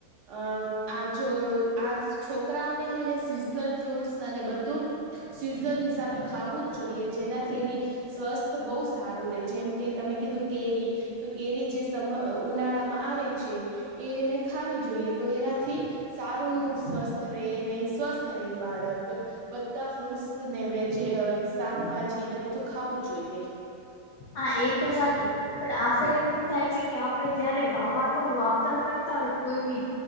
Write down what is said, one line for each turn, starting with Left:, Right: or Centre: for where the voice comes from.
Right: અ આ જો આ છોકરાઓને હેને સિઝનલ ફ્રૂટસ અને બધું સીઝન હિસાબે ખાવું જ જોઈએ, જેનાથી એની સ્વસ્થ બહુ સારું રે. જેમ કે, તમે કીધું કેરી તો કેરી જે સમ ઉનાળામાં આવે છે એને ખાવી જોઈએ તો એનાથી સાાર ું સ્વસ્થ ર નહીિ સ્વસ્થ ર બાળક બધા ફ્રૂટ્સ ને વેજી શાકભાજી ને બધું ખાવું જોઈએ
Left: હા એ તો સાચું પણ આફેરે કેમ થાય છે કે આપડે જયારે વાવાનું વાવતર કરતા હોય કોઈ બી